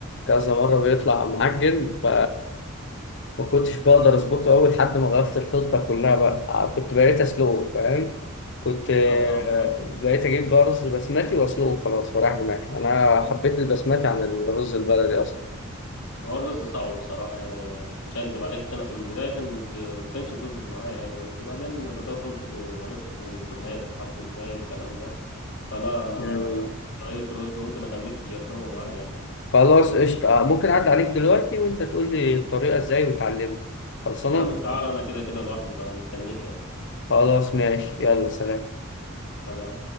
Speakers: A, on the left (about 55°); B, on the left (about 75°).
A: كذا مرة بيطلع معجن ف ما كنتش بقدر أظبطه أوي لحد ما غيرت الخطة كلها بقى آه، كنت بقيت أسلقه فاهم كنت آه،
B: اه فاهمك اه
A: بقيت أجيب بقى رز بسمتي وأسلقه خلاص وراح دماغي أنا حبيت البسمتي عن الرز البلدي أصلا
B: هو الرز صعب بصراحه يعني مش هكدب عليك انا في البدايه كان بي... ما كانش بيظبط معايا يعني بس بعدين بدات اظبط وعرفت نسبه الميه تتحط ازاي والكلام ده فلا انا
A: مم.
B: شويه رز ممكن اخليك تجربهم عادي يعني
A: خلاص قشطة آه، ممكن أعدي عليك دلوقتي وأنت تقول لي الطريقة إزاي وتعلمني خلصانة
B: يا عم تعال انا كده كده لوحدي فمستنيك يعني
A: خلاص ماشي يلا سلام
B: سلام